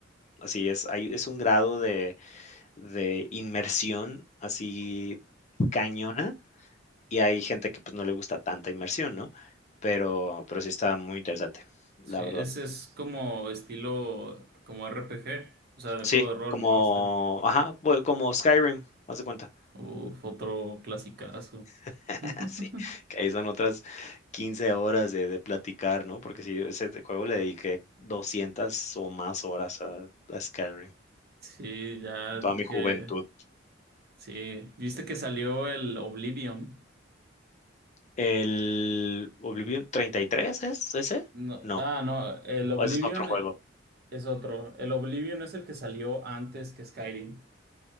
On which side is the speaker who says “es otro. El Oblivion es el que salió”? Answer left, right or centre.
Right